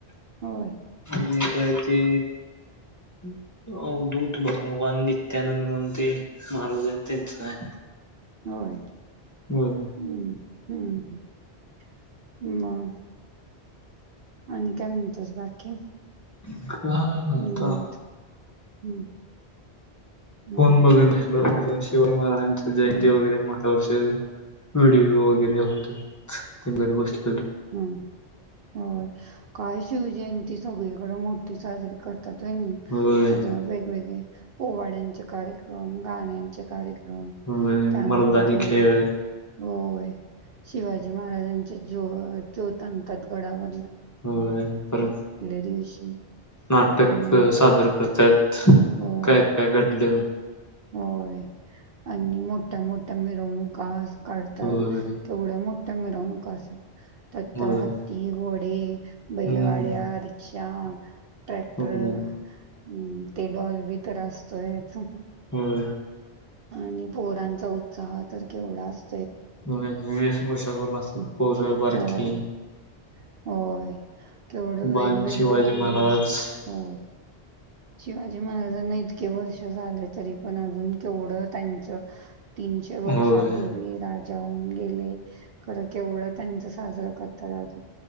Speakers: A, on the right (about 65°); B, on the left (about 15°).
A: होय
B: आणि त्याय ते अवधूत भगवान नित्यानंद म्हणून ते महाराज त्यांच हाय.
A: होय
B: होय
A: हम्म हम्म हम्म ह आणि काय म्हणतोस बाकी.
B: <unintelligible> काय ना
A: निवांत
B: आता
A: हम्म होय
B: फोन बघायला पाहिजे <unintelligible> <inaudible> हनुमान जयंती
A: होय
B: वैगैरे मोठ्या वर्षी <inaudible> <unintelligible> <unintelligible> ती घरी बसली
A: हम् होय काय शिवजयंती सगळीकडे मोठी साजरी करतात आहे
B: होय
A: आता वेगवेगळे पोवाड्यांचे कार्यक्रम, गाण्याचे कार्यक्रम
B: होय
A: त्यानंतर
B: मर्दानी खेळ
A: होय शिवाजी महाराजांच्या जीवावर ज्योत आणतात गडावर
B: हो परत
A: दिवशी
B: नाटक
A: आणि
B: सादर करतात.
A: होय,
B: काय काय घडल,
A: होय आणि मोठ्या मोठ्या मिरवणुका असतात. काढतात
B: होय
A: तेवढे मोठ त्या मिरवणुका असत. त्या
B: होय
A: तर हत्ती, घोडे, बैलगाड्या,
B: हम्म
A: रिक्षा ट्रॅक्टर
B: होय
A: हम्म ते डॉलबी तर असतोच.
B: होय
A: आणि पोरांचा उत्साह तर केवढा असतो.
B: वर्षातुन असतात
A: हं,
B: पोर बारकी
A: होय, होय केवढं
B: बाल
A: वेगवेगळं
B: शिवाजी
A: आणि
B: महाराज
A: असत हो शिवाजी महाराज त्यांना इतके वर्ष झाले तरी पण अजून केवढं त्यांच तीनशे वर्षापूर्वी
B: होय
A: राजा गेलेत. खरं केवढं त्यांच साजरं करतात. तराजु